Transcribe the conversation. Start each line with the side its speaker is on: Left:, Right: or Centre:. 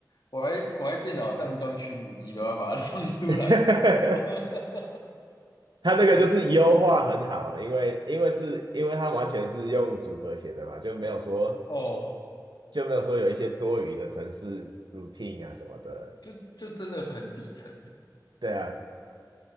Left: 我还我来电脑上装虚拟机都要把它装出来。
Right: <laughs>
Left: <laughs>
Right: 他那个就是优化很好，
Left: 好扯哦，
Right: 因为因为是因为他完全是用组合写的嘛，就没有说
Left: 哦，
Right: 就没有说有一些多余的程式 routine 啊什么的。
Left: 就就真的很底层
Right: 对啊，